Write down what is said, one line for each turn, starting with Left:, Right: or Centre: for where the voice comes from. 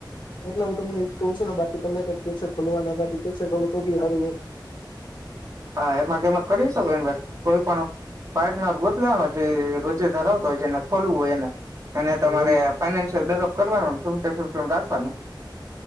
Left: એટલે હું તમને એ કહું છું ને બાકી તમે ક કેસે ખોલવા ના કેસે ખોલ તો બી હારું
Right: હા એમાં કેમે કરી શકો ઇન્વેસ્ટ કોઈ પણ પાર્ટનર બદલ જે રોજે ધરાવતા હોય જેને ખોલવું હોય એને અને
Left: હમ
Right: તમારે ફાઈનાન્શિયલ બેકઅપ કરવાનુંમમ રાખવાનું